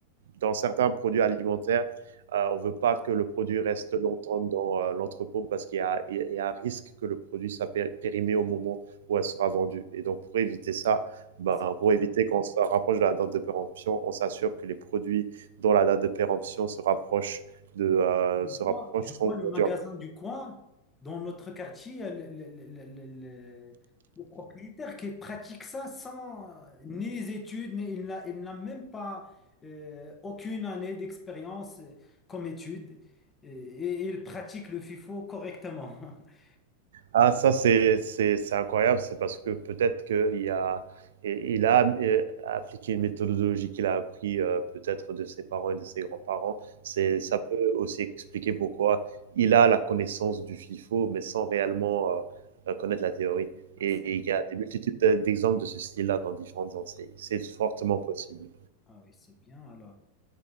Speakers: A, on the right; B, on the left.
A: dans certains produits alimentaires, euh, on ne veut pas que le produit reste longtemps dans euh, l'entrepôt parce qu'il y a, il y a- il y a un risque que le produit soit pé- périmé au moment où elle sera vendue. Et donc, pour éviter ça, ben,
B: Ah, c'est
A: pour
B: bien.
A: éviter qu'on se rapproche de la date de péremption, on s'assure que les produits dont la date de péremption se rapproche de, euh,
B: Je
A: se rapproche
B: vois, je
A: sont
B: vois le
A: vendus
B: magasin
A: en premier.
B: du coin dans notre quartier, le, le- le- le- le- le- le propriétaire qui pratique ça sans euh, ni études, ni, il n'a, il n'a même pas euh, aucune année d'expérience euh, comme étude et, et il pratique le FIFO correctement. <laughs>
A: Ah, ça, c'est c'est- c'est incroyable. C'est parce que peut-être qu'il a, et- il a euh, appliqué une méthodologie qu'il a appris euh, peut-être de ses parents et de ses grands-parents. C'est, ça peut aussi expliquer pourquoi il a la connaissance du FIFO, mais sans réellement euh, euh, connaître la théorie.
B: Ah,
A: Et,
B: c'est
A: et il
B: bien.
A: y a des multitudes d'exemples de ce style-là dans différentes enseignes. C'est fortement possible.
B: Ah oui, c'est bien alors.